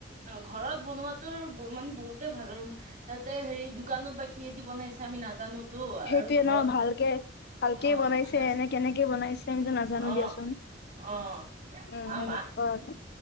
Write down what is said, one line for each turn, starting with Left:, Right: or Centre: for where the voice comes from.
Right: অ'! ঘৰত বনোৱাটোৰ মানে, বহুতেই ভাল আৰু তাতে হেৰি দোকানত বা কিহেদি বনাইছে। আ আমি নাজানোঁ। টো আৰু
Left: সেইটোয়ে
Right: ঘৰত।
Left: ন ভালকে ভালকে
Right: অ'!
Left: বনাইছে এনে কেনেকে বনাইছে আমিতো নাজানো
Right: অ'!
Left: দিয়াচোন
Right: অ'!
Left: উম
Right: আম
Left: সেনেকুৱা আৰু